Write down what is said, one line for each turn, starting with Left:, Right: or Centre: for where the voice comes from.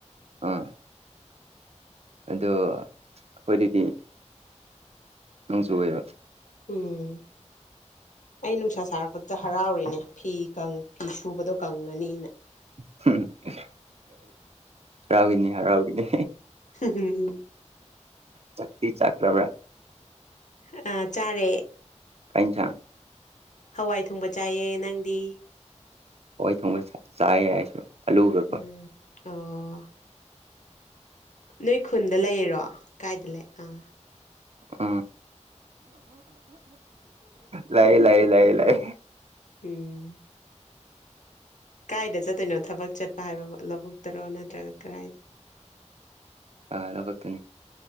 Right: ꯑ ꯑꯗꯣ ꯑꯩꯈꯣꯏꯗꯗꯤ ꯅꫭꯡ ꯆꯨꯑꯑꯦꯕ
Left: ꯎꯝ ꯑꯩ ꯅꯨꯡꯁꯥ ꯁꯥꯔꯛꯄꯗꯨꯗ ꯍꯔꯥꯎꯔꯤꯅꯦ ꯐꯤ ꯀꯪ ꯐꯤ ꯁꯨꯕꯗꯣ ꯀꯪꯉꯅꯤꯅ
Right: <unintelligible> ꯍꯔꯥꯎꯒꯅꯤ ꯍꯔꯥꯎꯒꯅꯤ
Left: <unintelligible>
Right: ꯆꯠꯇꯤ ꯆꯠꯈꯔꯕ꯫
Left: ꯑ ꯆꯥꯔꯦ꯫
Right: ꯀꯩꯟ ꯏꯟꯁꯥꯡ꯫
Left: ꯍꯋꯥꯏ ꯊꯣꯡꯕ ꯆꯥꯏꯌꯦ ꯅꯪꯗꯤ꯫
Right: ꯍꯥꯋꯥꯏ ꯊꯣꯡꯕ ꯆꯥꯏꯌꯦ ꯑꯩꯁꯨ ꯑꯂꯨꯒꯀꯣ꯫
Left: ꯎꯝ ꯑꯣ꯫ ꯅꯣꯏ ꯈꯨꯟꯗ ꯂꯩꯔꯤꯔꯣ ꯀꯥꯏꯗ ꯂꯩ ꯑꯥ꯫
Right: ꯎꯝ ꯂꯩꯌꯦ ꯂꯩꯌꯦ ꯂꯩꯌꯦ ꯂꯩ꯫
Left: ꯎꯝ꯫ ꯀꯥꯏꯗ ꯆꯠꯇꯣꯏꯅꯣ ꯊꯕꯛ ꯆꯠꯄ ꯍꯥꯏꯕ ꯂꯧꯕꯨꯛꯇꯔꯣ ꯅꯠꯇ꯭ꯔꯒ ꯀꯔꯥꯏꯗ꯫ <inaudible>
Right: ꯑꯥ ꯂꯧꯕꯨꯛꯛꯇꯅꯤ